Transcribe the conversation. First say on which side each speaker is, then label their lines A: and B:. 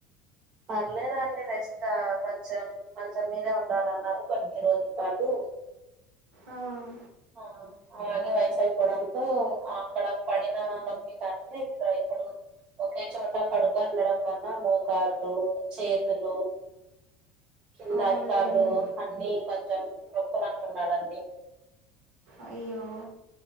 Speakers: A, on the right (about 35°); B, on the right (about 60°).
A: పర్లేదండి రెస్ట్ ఆ కొంచెం మంచం మీదే ఉండాలన్నారు కొద్ది రోజుల పాటు
B: ఆఁ
A: ఆఁ అలాగే వయసైపోవడంతో ఆ అక్కడ పడిన నోప్ ఇక అంతే ఇంకా ఇప్పుడు ఒకే చోట పడుకొని ఉండడం వల్ల మోకాళ్లు చేతులు కింద
B: అవునులేండి
A: అరికాళ్ళు అన్ని కొంచెం నొప్పులు అంటునండండీ
B: అయ్యో